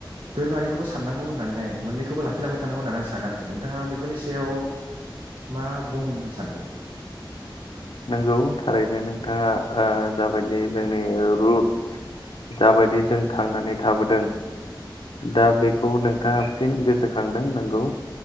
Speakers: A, on the right (about 80°); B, on the left (about 80°).
A: दोरोङारिखौबो साननांगौ होननानैहाय मोननैखौबो लाखिलांबाय थानांगौ होननानै आं सानो आरोखि नोंथाङा बेफोरनि सायाव मा बुंनो सानो।
B: नंगौ थारैनो नोंथाङा ओ जाबायदि जोंनि रुटस जाबायदि जों थांनानै थाबोदों दा बेखौ नोंथाङा फिन गोसो खांदों नंगौ